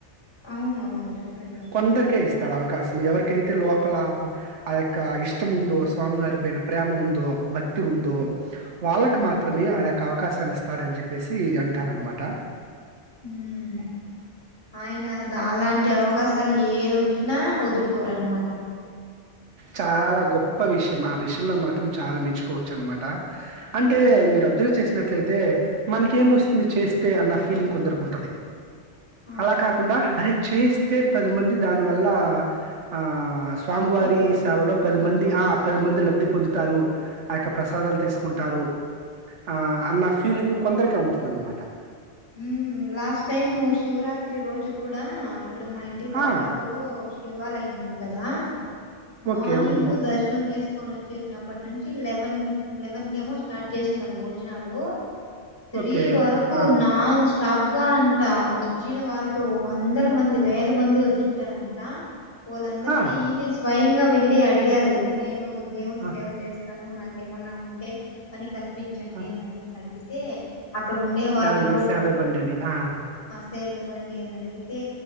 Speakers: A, on the left; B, on the right.
A: అవును అవును డెఫినెట్ గా
B: కొందరికే ఇస్తాడు అవకాశం ఎవరికి అయితే లోపల ఆ యొక్క ఇష్టం ఉందో స్వామి వారి పైన ప్రేమ ఉందో భక్తి ఉందో వాళ్లకి
A: ఉమ్
B: మాత్రమే ఆ యొక్క అవకాశాన్ని ఇస్తాడని చెప్పేసి అంటారన్నమాట
A: ఊ ఆయన అలాంటి అవకాశాలు ఏదీ వోచ్చినా వొదులు కోరన్నమాట
B: చాలా గొప్ప విషయం ఆ విషయంలో మాత్రం చాలా మెచ్చుకోవచ్చు అన్నమాట అంటే
A: ఉమ్.
B: మీరు అబ్జర్వ్ చేస్ నట్లయితే మనకి ఏం వస్తుంది చేస్తే అన్న ఫీలింగ్ కొందరకి ఉంటది
A: ఆ
B: అలా కాకుండా అరే చేస్తే పది మంది దానివల్ల ఆ ఆ స్వామివారి
A: తప్పి పొందుతారు
B: సేవలో పది
A: ఉమ్
B: మంది ఆ
A: సేవలు
B: పది మంది లబ్ధి పొందుతారు ఆ యొక్క ప్రసాదాలు తీసుకుంటారు ఆ అన్న ఫీలింగ్ కొందరికే ఉంటుంది అన్నమాట
A: ఉహ్ లాస్ట్ టైం శివరాత్రి రోజు కూడా ఇక్కడ మా ఇంటికి దగ్గరలో
B: ఆ!
A: శివాలయం ఉంది కదా మార్నింగ్
B: ఓకే. అవును.
A: దర్శనం చేసు కొని వచ్చేసినప్పటి నుంచి ఎల్వెన్ ఎల్వెన్ కేమో స్టార్ట్ చేసినారు భోజనాలు త్రీ
B: ఓకే.
A: వరకు
B: ఆ!
A: ఉన్ నాన్ స్టాప్ గా అంట వచ్చిన వాళ్ళు వందల మంది వేల మంది వచ్చింటారంట వోళ్ళందరికీ
B: ఆ!
A: ఈయనే స్వయంగా వెళ్ళి అడిగారు నేను దేవుని
B: ఆ!
A: సేవ చేస్ తను నాకేమన్నా ఉంటే పని కల్పించండి
B: ఆ!
A: అని అనేసి అడిగితే అక్కడ ఉండే వాళ్ళు
B: దివి సేవ ఇవ్వండి అని ఆ
A: సేవ ఇవ్వండి అని అడిగితే